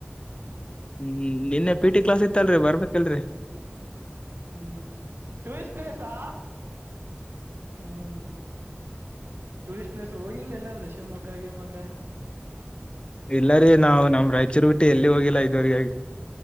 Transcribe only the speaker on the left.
ಹ್ಮ್ ಇನ್ನೆ ಪಿ ಟಿ ಕ್ಲಾಸ್ ಇತ್ತಲ್ರಿ ಬರ್ಬೇಕಲ್ರರಿ
ಇಲ್ಲಾರಿೀ ನಾವು ನಮ್ ರಾಯಚೂರು ಬಿಟ್ಟಿ ಎಲ್ಲಿ ಹೋಗಿಲ್ಲಾ ಇದುವರೆಗಾಗಿ